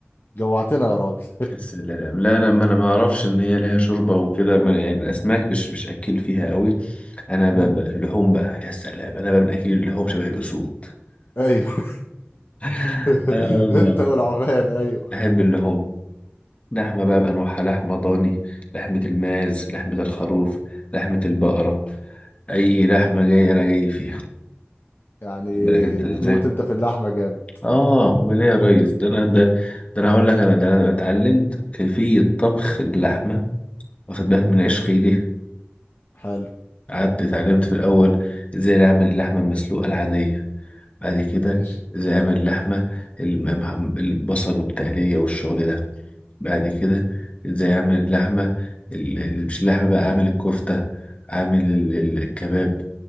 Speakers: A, on the left (about 55°); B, on the left (about 30°).
A: جوعتنا يا راجل
B: يا سلام لا أنا ما أنا ما أعرفش إن هي ليها شوربة وكده ما- يعني الأسماك مش مش أكل فيها قوي أنا بقى
A: امم
B: بقى اللحوم بقى يا سلام أنا بقى من أكل اللحوم شبه الأسود
A: ايوه
B: <laughs>
A: <laughs>
B: آه والله
A: انت والعمال ايوه
B: بحب اللحوم لحمة بقى بأنواعها لحمة ضاني لحمة الماعز لحمة الخروف لحمة البقرة أي لحمة جاية أنا جاي فيها
A: يعني
B: خد بالك أنت
A: بتموت
B: إزاي؟
A: انت في اللحمه جامد
B: آه أمال إيه يا ريس ده أنا ده, ده أنا هقول لك أنا ده أنا اتعلمت كيفية طبخ اللحمة واخد بالك من عشقي ليه
A: حلو
B: قعدت اتعلمت في الأول إزاي أعمل اللحمة المسلوقة العادية بعد كده
A: ماشي
B: إزاي أعمل اللحمة الم- البصل والتقلية والشغل ده بعد كده ازاي اعمل اللحمه ال- ال- مش اللحمه بقى اعمل الكفته اعمل ال- ال- الكباب